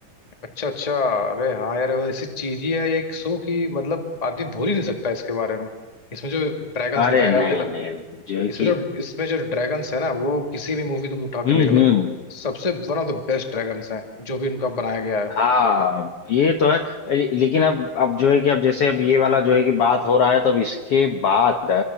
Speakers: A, on the left; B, on the left.
A: अच्छा अच्छा अरे हाँ यार वो ऐसी चीज ही है एक शो की मतलब आदमी भूल ही नहीं सकता इसके बारे में इसमें जो ड्रैगन्स
B: अरे
A: दिखाया गया
B: नहीं
A: मुझे लग
B: नहीं नहीं जो है
A: इसमें
B: कि
A: जो इसमें जो ड्रैगन्स है ना वो किसी भी मूवी तुम उठा
B: हम्म
A: के देख लो
B: हम्म
A: सबसे one of the best dragons हैं जो भी उनका बनाया गया है
B: हाँ ये तो है अरे, लेकिन अब अब जो है कि अब जैसे अब ये वाला जो है कि बात हो रहा है तो अब इसके बाद